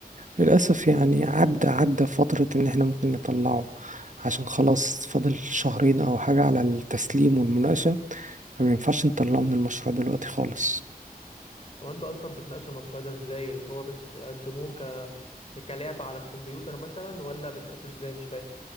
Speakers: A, on the right; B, on the left.
A: للاسف يعني عدى عدى فتره ان احنا ممكن نطلعه عشان خلاص فاضل شهرين او حاجه على التسليم والمناقشه فما ينفعش نطلعه من المشروع دلوقتي خالص
B: هو انتوا اصلا بتناقشوا المشروع ده ازاي اللي هو بتقدموه ك كلعبة على الكمبيوتر مثلا ولا بتناقشوه ازاي مش فاهم